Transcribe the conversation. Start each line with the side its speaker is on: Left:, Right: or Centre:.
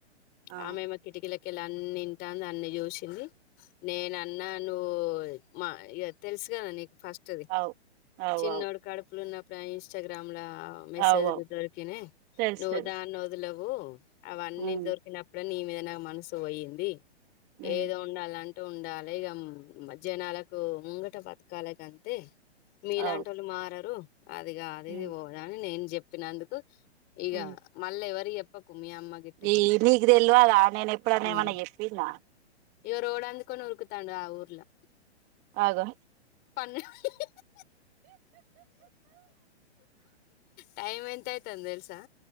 Right: ఆ
Left: ఆమె ఏమో కిటికీలో కెళ్లి, అన్నీ వింటాంది, అన్నీ చూసింది. నేను అన్నా నువ్వు మా ఇగ తెలుసు కదా నీకు ఫస్ట్ <unintelligible>
Right: అవు అవు
Left: చిన్నోడు
Right: అవు
Left: కడుపుల ఉన్నప్పుడు ఆ ఇన్స్టాగ్రామ్ లా ఆ మెసేజ్
Right: అవు అవు
Left: లు దొరికినై
Right: తెలుసు
Left: నువ్వు
Right: తెలుసు
Left: దాన్ని వదలవు అవన్నీ
Right: ఉమ్
Left: దొరికి అప్పుడ నీ మీద నా మనసు పోయింది
Right: ఉమ్
Left: ఏదో ఉండాలం ట్ట ఉండాలి ఇగ జనాలకు ముంగట బతకాలే గంతే నిలాంటి
Right: అవు
Left: ఓళ్ళు మారరు అది కాదు ఇది
Right: ఉమ్
Left: పోదు అని నేను చెప్పినందుకు ఈగ
Right: ఉమ్
Left: మల్ల ఎవరికి చెప్పకు మీ అమ్మ గిట్ట ఎవరికి
Right: ఈ నీకు తెలవదా నేను ఎప్పుడు అన్న ఏమన్నా
Left: మ్
Right: చెప్పిన
Left: ఇగ రోడ్ అందుకొని ఉరుకుతాడు ఆ ఊర్లో
Right: ఆగు
Left: <unintelligible> టైమ్ ఎంత అయితాంది తెలుసా